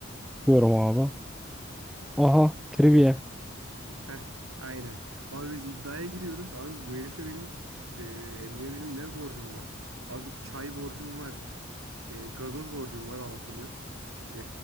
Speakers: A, in the centre; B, on the right.
A: Diyorum abi. Aha. Trivia.
B: Heh, aynen. Abi biz iddiaya giriyoruz. Abi bu herife benim e, emmiye benim ne borcum var? Abi çay borcum var. E, gazoz borcum var altılı. E,